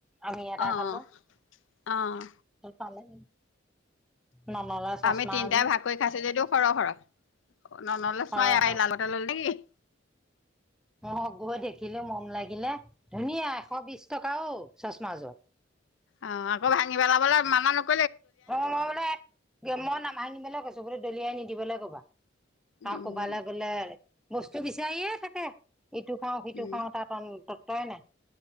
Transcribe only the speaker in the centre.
আমি এটা
খালো
পালে ননলে চচমা
এযোৰ
সৰহ
ম গৈ দেখিলো মন লাগিলে ধুনীয়া এশ বিশ টকাও চচমা জোত
অ মই বোলে মই নাভাঙিিবলৈ কৈছো বো দলিয়াই নিদিবলৈ ক'বা
আৰু কবালৈ গলে বস্তু বিচাৰিয়ে থাকে ইটো খাওঁ সিটো
খাওঁ তাৰ তত্বই নাই